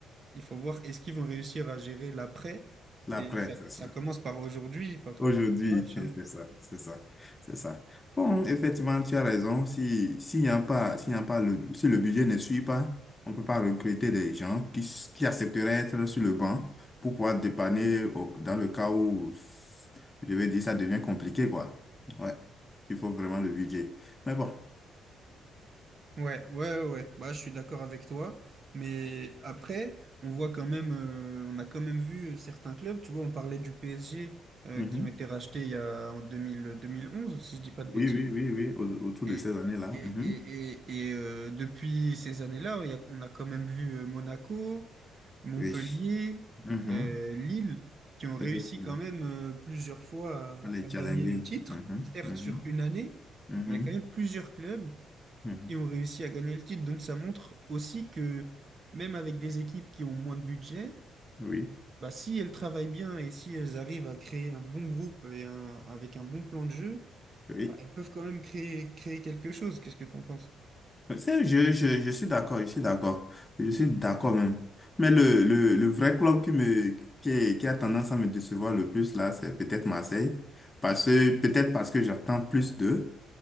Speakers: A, on the right; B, on the left.
A: il faut voir est-ce qu'ils vont réussir à gérer l'après.
B: L'après,
A: Et ça,
B: c'est ça.
A: ça commence par aujourd'hui, par
B: Aujourd'hui,
A: match.
B: <laughs> c'est
A: hein.
B: ça, c'est ça, c'est ça. Bon, effectivement, tu as raison. Si, s'il n'y a pas, s'il n'y a pas le, si le budget ne suit pas, on ne peut pas recruter des gens qui, s- qui accepteraient d'être sur le banc pour pouvoir dépanner au- dans le cas où, je vais dire, ça devient compliqué, quoi. Ouais. Il faut vraiment le budget. Mais bon.
A: Ouais, ouais, ouais, ouais. bah, je suis d'accord avec toi. Mais après, on voit quand même, euh, on a quand même vu euh, certains clubs, tu vois, on parlait du PSG euh,
B: Mhm.
A: qui ont été rachetés il y a, en deux deux mille deux mille onze, si je dis pas de bêtises.
B: Oui, oui, oui, oui, au- autour
A: Et,
B: de ces années-là.
A: et, et,
B: Mhm.
A: et, et, euh, depuis ces années-là, il y a- on a quand même vu euh, Monaco, Montpellier,
B: Oui. Mhm.
A: euh, Lille, qui ont réussi
B: Effectivement.
A: quand même euh, plusieurs fois
B: Les
A: à à gagner
B: challenger.
A: le titre,
B: Mhm.
A: certes
B: Mhm.
A: sur une année.
B: Mhm.
A: Mais il y a quand même plusieurs clubs
B: Mhm.
A: qui ont réussi à gagner le titre. Donc ça montre aussi que même avec des équipes qui ont moins de budget,
B: Oui.
A: bah, si elles travaillent bien et si elles arrivent à créer un bon groupe et un, avec un bon plan de jeu,
B: Oui.
A: bah, elles peuvent quand même créer, créer quelque chose. Qu'est-ce que tu en penses?
B: C'est- Je, je, je suis d'accord, je suis d'accord. Je suis d'accord même. Mais le, le, le vrai club qui me, qui, qui a tendance à me décevoir le plus là, c'est peut-être Marseille. Parce que, peut-être parce que j'attends plus d'eux.